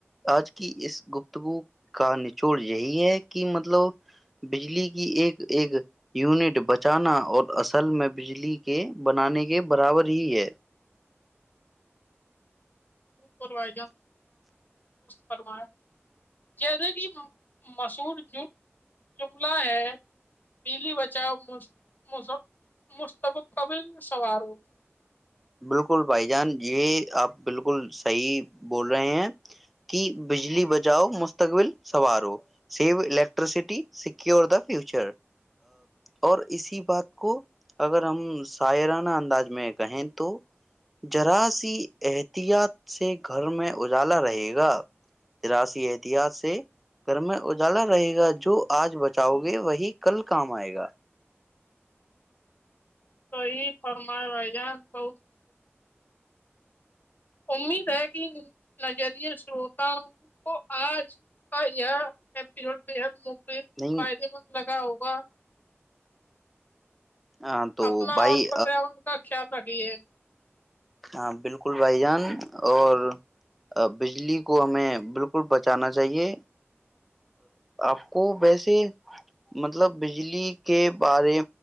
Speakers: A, in the centre; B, on the left (about 40°).
A: آج کی اس گپتگو کا نچوڑ یہی ہے کہ مطلب بجلی کی ایک ایک یونٹ بچانا اور اصل میں بجلی کے بنانے کے برابر ہی ہے
B: فرما فرمایا جیسے کہ مشہور جملہ ہے پیلی بچاؤ مشب قبل سواروں
A: بالکل بھائی جان یہ آپ بالکل صحیح بول رہے ہیں کہ بجلی بچاؤ مستقبل سنوارو save electricity secure the future اور اسی بات کو اگر ہم سائرانہ انداز میں کہیں تو جذراثی احتیاط سے گھر میں اجالا رہے گا جراثی احتیاط سے گھر میں اجالا رہے گا جو آج بچاؤ گے وہی کل کام آئے گا
B: توی فرما بھائی جان بہت امید ہے کہ نظری شروتا کو آج کا یہ ایپیسوڈ بے حد م <unintelligible>
A: نہیں
B: ہوگا
A: ہاں تو
B: اپنا
A: بھائی
B: اور پریاورن کا خیال رکھیے
A: ہاں بالکل بھائی جان اور بجلی کو ہمیں بالکل بچانا چاہیے آپ کو ویسے مطلب بجلی کے بارے